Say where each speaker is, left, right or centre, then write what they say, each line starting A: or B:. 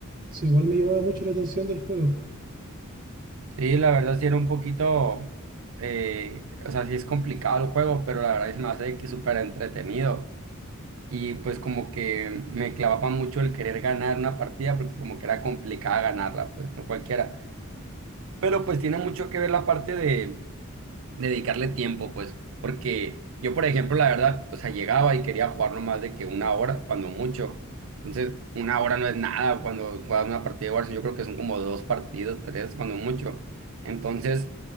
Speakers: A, on the right (about 45°); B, on the right (about 65°).
A: Eso igual me llamaba mucho la atención del juego.
B: Sí, la verdad sí era un poquito, eh, o sea, sí es complicado el juego, pero la verdad es más de que súper entretenido. Y pues como que me clavaba mucho el querer ganar una partida porque como que era complicada ganarla, pues no cualquiera. Pero pues tiene mucho que ver la parte de dedicarle tiempo, pues, porque yo, por ejemplo, la verdad, o sea, llegaba y quería jugar no más de que una hora, cuando mucho. Entonces, una hora no es nada cuando juegas una partida de Warzone, yo creo que son como dos partidos, tres, cuando mucho. Entonces,